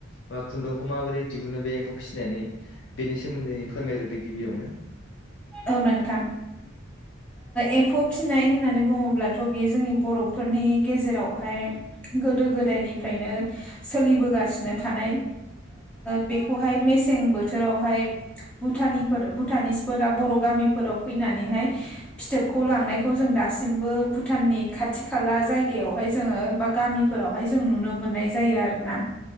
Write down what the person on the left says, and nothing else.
बा खुन्दुंखौ माबोरै दिहुनो बे एम्फौ फिसिनानै बेनि सोमोन्दै फोरमायग्रोदो गिबियावनो